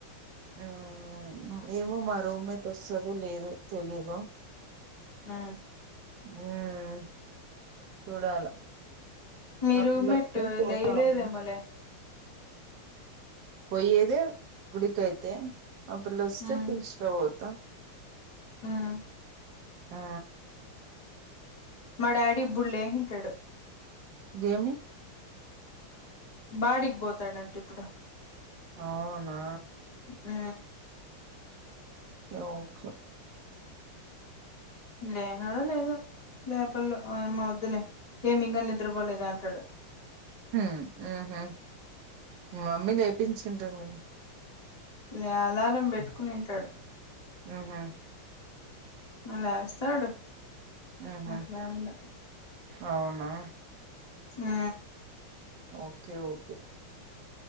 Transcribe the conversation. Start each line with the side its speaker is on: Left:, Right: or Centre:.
Right: ఆ ఏమో మా రూమ్మేట్ వస్తుదో లేద తెలియదు
Left: ఆ
Right: ఉమ్ చూడాల
Left: మీ
Right: ఆ
Left: రూమ్మేట్
Right: పిల్ల వస్తే పోతాము
Left: లేయలేదేమోలే
Right: పోయ్యేదే గుడికైతే ఆ పిల్ల వస్తే
Left: మ్మ్
Right: పీల్చకపోత
Left: మ్మ్
Right: ఆ
Left: మా డాడీ బుళ్లేే ఇంటాడు
Right: గేమి
Left: బాడికి పోతాడంటే ఇప్పుడు
Right: అవునా
Left: ఆ
Right: ఓకే
Left: లేనడ లేధో లేపల్లో ఏమ వద్దులే ఏమి ఇంకా నిద్రపోలేద అంటాడు
Right: ఆ మమ్మీ లేపించింటుంది
Left: లే అలారం పెట్టుకునింటాడు
Right: ఉహ్మ్
Left: లేస్తాడు
Right: ఊహూ
Left: బట్ లేవల
Right: అవునా
Left: ఆ
Right: ఓకే ఓకే